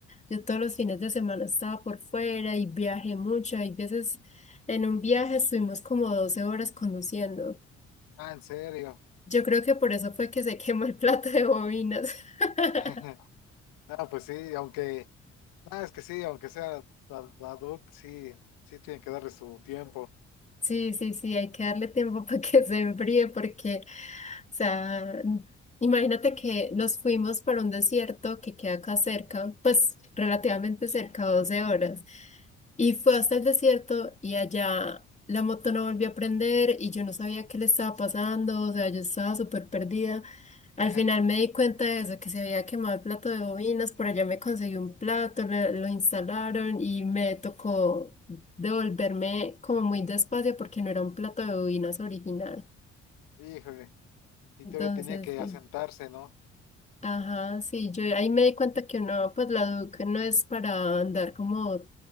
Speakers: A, on the left; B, on the left.
A: yo todos los fines de semana estaba por fuera y viajé mucho. Hay veces en un viaje estuvimos como 12 horas conduciendo.
B: Ah, en serio.
A: Yo creo que por eso fue que se <laughs> quemó el plato de bobinas. <laughs>
B: <laughs> Ah, pues sí, aunque Ah, es que sí, aunque sea la, la Duke, sí, sí tienen que darle su tiempo.
A: Sí, sí, sí, hay que darle tiempo <laughs> para que se enfríe porque, o sea, imagínate que nos fuimos para un desierto que queda acá cerca, pues relativamente cerca, 12 horas, y fue hasta el desierto y allá la moto no volvió a prender y yo no sabía qué le estaba pasando, o sea, yo estaba súper perdida. Al
B: <laughs>
A: final me di cuenta de eso, que se había quemado el plato de bobinas, por allá me conseguí un plato, lo, lo instalaron y me tocó devolverme como muy despacio porque no era un plato de bobinas original.
B: Híjole, y
A: Entonces,
B: todavía tenía que
A: sí.
B: asentarse, ¿no?
A: Ajá, sí, yo ahí me di cuenta que uno, pues la Duke no es para andar como